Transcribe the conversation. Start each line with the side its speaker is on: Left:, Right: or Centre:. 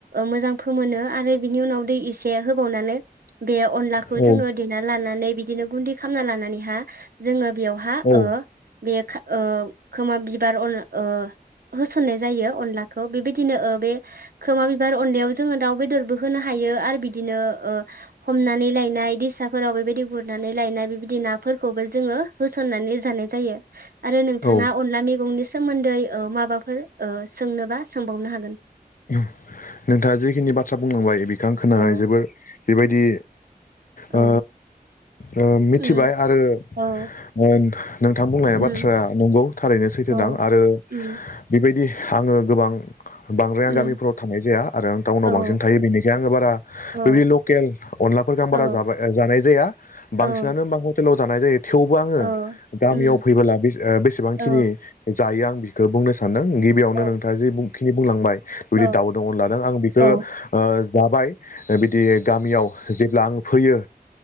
Right: मोजां फोमोनो आरो बिनि उनाव दै इसे होबावनानै बे अनलाखौ
Left: औ
Right: जोङो देना लानानै बिदिनो गुन्दै खालामना लानानैहा जोङो बेयावहा
Left: औ
Right: ओ बे खा ओ खोमा बिबार अनला ओ होसननाय जायो अनलाखौ। बेबादिनो ओ बे खोमा बिबार अननायाव जोङो दाउ बेदरबो होनो हाय यो आर बिदिनो ओ हमनानै लायनाय दैसाफोराव बेबायदि गुरनानै लायनाय बिबादि ना फोर खौबो जोङो होसननानै जानाय जायो। आरो नोंथाङा
Left: औ
Right: अनला मेगंनि सोमोन्दै ओ माबाफोर ओ सोंनोबा सोंबावनो हागोन।
Left: नोंथाङा जिखिनि बाथ्रा बुंलांबाय बेखो आं खोनानानै
Right: औ
Left: जोबोर बे बायदि
Right: औ
Left: ओ ओ मिथिबाय।
Right: उम
Left: आरो
Right: औ
Left: ओ नोंथां बुंनाया
Right: उम
Left: बाथ्रा नंगौ थारैनो सैथो
Right: औ
Left: दां आरो
Right: उम
Left: बेबायदि आङो गोबां ब्राय आं
Right: उम
Left: गामिफ्राव थानायनाय जाया। आरो आं टाउनाव
Right: औ
Left: बांसिन थायो। बेनिखाय आङो बारा
Right: औ
Left: बेबायदि लकेल अनलाफोरखौ आं बा
Right: औ
Left: बारा जाबाय ओ जानाय जाया।
Right: औ
Left: बांसिनानो माखौ टेलाव जानाय जायो। थेवबो आङो
Right: औ
Left: गामियाव
Right: उम
Left: फैबोला बेस ओ बेसबांखिनि
Right: औ
Left: जायो आं बिखौ बुंनो सान्दों। गिबियावनो
Right: औ
Left: नोंथाङा जिबुंखिनि बुंलांबाय। बिदि
Right: औ
Left: दाउ दं अनलादो आं बिखो
Right: औ
Left: ओ जाबाय ओ बिदि गामियाव जेब्ला आंङो फैयो